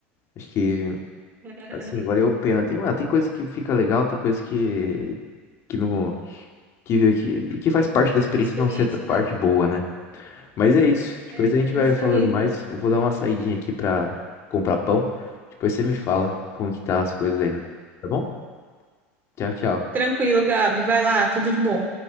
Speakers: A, on the left; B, on the right.
A: Acho que
B: <laughs>
A: Assim, valeu a pena. Tem, ah, tem coisa que fica legal, tem coisa que, que não, que, que, que
B: Que
A: faz
B: serve
A: parte da experiência
B: Como experiência,
A: não ser parte
B: né?
A: boa, né? Mas é isso. Depois
B: É,
A: a gente vai
B: é isso
A: falando
B: aí.
A: mais. Eu vou dar uma saidinha aqui pra comprar pão. Depois você me fala como que tá as coisas aí, no- tá bom? Tchau, tchau.
B: Tranquilo, Gabi. Vai lá, tudo de bom.